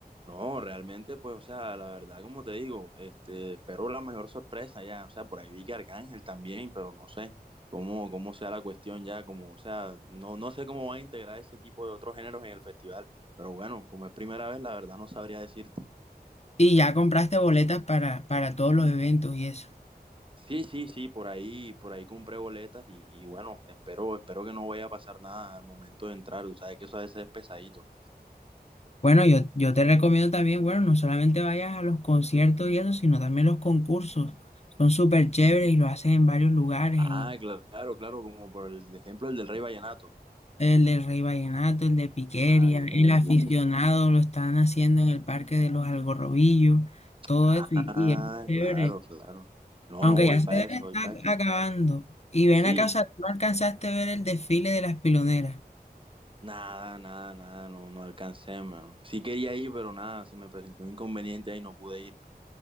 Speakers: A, on the right (about 30°); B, on the left (about 40°).
A: No, realmente, pues, o sea, la verdad, como te digo, este, espero la mayor sorpresa ya. O sea, por ahí vi que Arcángel también, pero no sé cómo, cómo sea la cuestión ya, como, o sea, no, no sé cómo va a integrar ese tipo de otros géneros en el festival. Pero bueno, como es primera vez, la verdad no sabría decirte.
B: Y ya compraste boletas para, para todos los eventos y eso.
A: Sí, sí, sí, por ahí, por ahí compré boletas y, y bueno, espero, espero que no vaya a pasar nada al momento de entrar. Tú sabes que eso a veces es pesadito.
B: Bueno, yo, yo te recomiendo también, bueno, no solamente vayas a los conciertos y eso, sino también los concursos. Son súper chéveres y lo hacen en varios lugares,
A: Ah,
B: en
A: claro, claro, como por el ejemplo el del Rey Vallenato.
B: el del Rey Vallenato, el de Piqueria,
A: Ah, bien,
B: el aficionado
A: bien.
B: lo están haciendo en el Parque de los Algarrobillos, todo
A: Ah,
B: eso y, y es chévere.
A: claro, claro. No,
B: Aunque
A: no, voy
B: ya se
A: para
B: debe
A: eso,
B: estar
A: voy para eso.
B: acabando. Y ven
A: Sí,
B: acá, o sea, tú no alcanzaste a ver el desfile de las piloneras.
A: nada, nada, nada, no, no alcancé, mano. Sí quería ir, pero nada, se me presentó un inconveniente ahí, no pude ir.